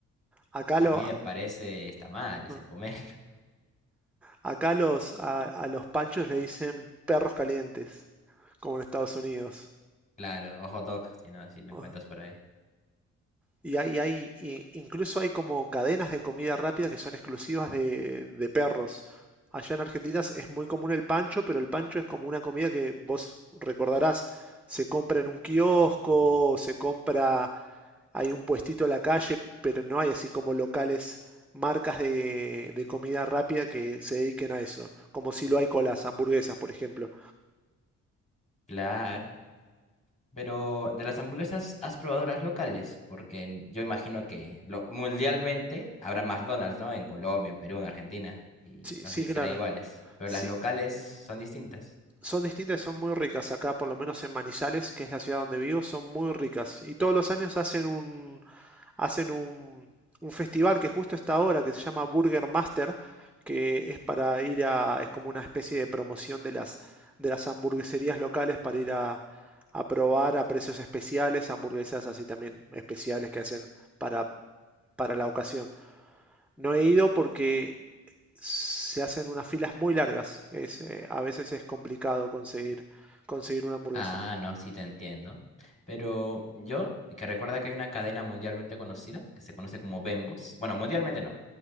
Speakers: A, in the centre; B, on the left.
A: Acá
B: a
A: lo...
B: mí me parece, está mal ese
A: ah,
B: pomelo.
A: Acá los, a, a los panchos le dicen perros calientes, como en Estados Unidos.
B: Claro, o hot dog, si no, si me
A: Ajá.
B: encuentras por ahí.
A: Y hay, hay- y incluso hay como cadenas de comida rápida que son exclusivas de, de perros. Allá en Argentina es es muy común el pancho, pero el pancho es como una comida que vos recordarás, se compra en un kiosco, se compra, hay un puestito en la calle, pero no hay así como locales, marcas de, de comida rápida que se dediquen a eso, como si lo hay con las hamburguesas, por ejemplo.
B: Claro. Pero de las hamburguesas, ¿has probado las locales? Porque en- yo imagino que lo- mundialmente habrá McDonald's, ¿no? En Colombia, en Perú, en Argentina. Y
A: Sí,
B: no
A: sí,
B: sé si
A: claro.
B: serán iguales. Pero
A: Sí,
B: las locales son distintas.
A: son distintas, y son muy ricas. Acá, por lo menos en Manizales, que es la ciudad donde vivo, son muy ricas. Y todos los años hacen un, hacen un, un festival que justo está ahora, que se llama Burger Master, que es para ir a, es como una especie de promoción de las, de las hamburgueserías locales para ir a, a probar a precios especiales, hamburguesas así también especiales que hacen para, para la ocasión. No he ido porque se hacen unas filas muy largas. Es, eh, a veces es complicado conseguir, conseguir una hamburguesa.
B: Ah, no, sí te entiendo. Pero yo, que recuerda que hay una cadena mundialmente conocida que se conoce como Bembos. Bueno, mundialmente no.